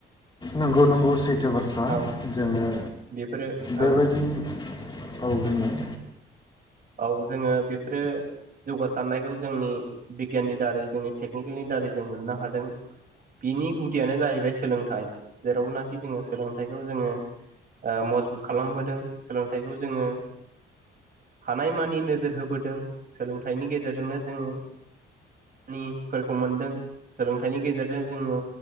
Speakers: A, on the left; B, on the right.
A: नंगौ नंगौ सैथो बाथ्रा
B: औ
A: जोङो
B: बेफोरो औ
A: बेबायदि औ बुंलाय
B: ओ औ जोङो बेफोरो जौगासारनायखौ जोंनि बिगियाननि दारै जोंनि टेकनिकेलनि दारै जों मोननो हादों बिनि गुदियानो जाहैबाय सोलोंथाइ जेरावनाखि जोङो सोलोंथाइखौ जोङो ओ मजबुत खालामबोदों सोलोंथाइखौ जोङो हानायमानि नोजोर होबोदों सोलोंथाइनि गेजेरजोंनो जोङो खामानिफोरखौ मोनदों सोलोंथाइनि गेजेरजों जोङो